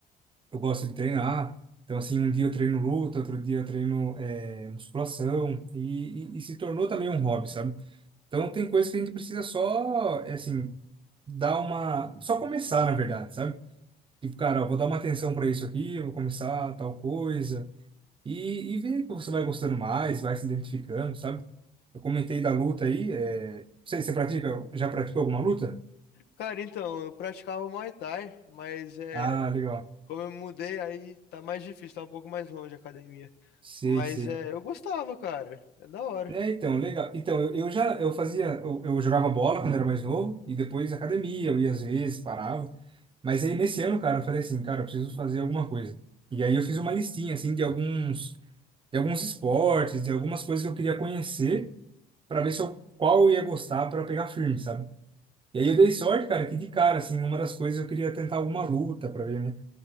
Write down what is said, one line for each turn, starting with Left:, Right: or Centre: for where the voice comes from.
Right: eu gosto de treinar. Então, assim, um dia eu treino luta, outro dia eu treino é, musculação, e, e, e se tornou também um hobby, sabe? Então, tem coisas que a gente precisa só, é, assim, dar uma. Só começar, na verdade, sabe? Tipo, cara, ó, vou dar uma atenção para isso aqui, vou começar tal coisa, e, e ver que você vai gostando mais, vai se identificando, sabe? Eu comentei da luta aí, é... sei, você pratica, já praticou alguma luta?
Left: Cara, então, eu praticava Muay Thai, mas é,
Right: Ah, legal.
Left: como eu me mudei, aí tá mais difícil, tá um pouco mais longe a academia.
Right: Sei,
Left: Mas
Right: sei.
Left: é, eu gostava, cara. É da hora.
Right: É, então, legal. Então, eu, eu já eu fazia, eu, eu jogava bola quando era mais novo e depois academia, eu ia às vezes, parava. Mas aí nesse ano, cara, eu falei assim, cara, eu preciso fazer alguma coisa. E aí eu fiz uma listinha assim de alguns de alguns esportes, de algumas coisas que eu queria conhecer para ver se eu, qual eu ia gostar para pegar firme, sabe? E aí eu dei sorte, cara, que de cara assim, uma das coisas eu queria tentar alguma luta para ver, né?